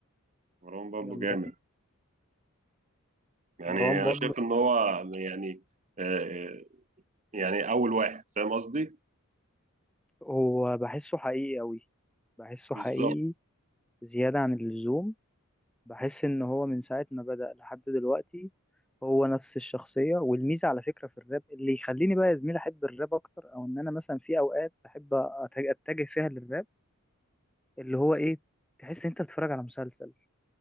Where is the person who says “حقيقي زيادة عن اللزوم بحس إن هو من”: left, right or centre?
Centre